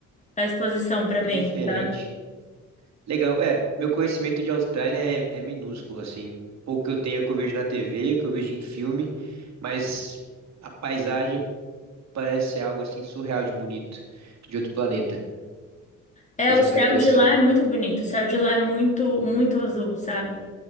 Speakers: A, on the left; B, on the right.
A: à exposição para
B: Que
A: venda,
B: diferente.
A: sabe?
B: Legal. É, meu conhecimento de Austrália é, é minúsculo, assim. Pouco que eu tenho é o que eu vejo na TV, o que eu vejo em filme, mas a paisagem parece algo assim surreal de bonito, de outro planeta.
A: É,
B: Não sei
A: o
B: se
A: céu
B: é só impressão.
A: de lá é muito bonito, o céu de lá é muito, muito azul, sabe?